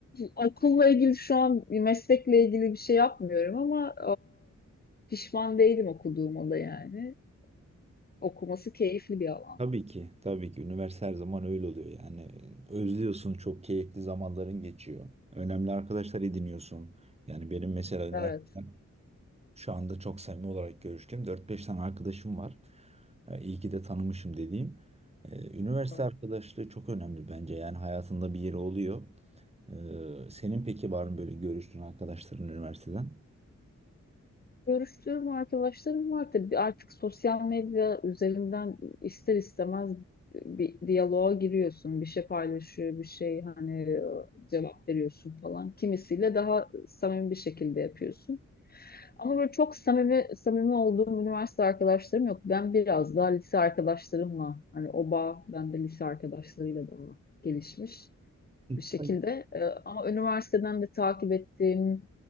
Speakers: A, on the left (about 35°); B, on the right (about 20°).
A: okulla ilgili şu an meslekle ilgili bir şey yapmıyorum ama pişman değilim okuduğuma da yani. Okuması keyifli bir alan.
B: Tabii ki, tabii ki. Üniversite her zaman öyle oluyor yani. Özlüyorsun, çok keyifli zamanların geçiyor. Önemli arkadaşlar ediniyorsun. Yani benim mesela üniversiteden
A: Evet.
B: şu anda çok samimi olarak görüştüğüm dört beş tane arkadaşım var. Ee, İyi ki de tanımışım dediğim. Ee, Üniversite
A: evet.
B: arkadaşlığı çok önemli bence. Yani hayatında bir yeri oluyor. Ee, Senin peki var mı böyle görüştüğün arkadaşların üniversiteden?
A: Görüştüğüm arkadaşlarım var tabii artık sosyal medya üzerinden ister istemez bir diyaloğa giriyorsun. Bir şey paylaşıyor, bir şey hani e, cevap veriyorsun falan. Kimisiyle daha samimi bir şekilde yapıyorsun. Ama böyle çok samimi samimi olduğum üniversite arkadaşlarım yok. Ben biraz daha lise arkadaşlarımla hani o bağ bende lise arkadaşlarıyla daha gelişmiş. bir şekilde.
B: Tabii.
A: E, ama üniversiteden de takip ettiğim,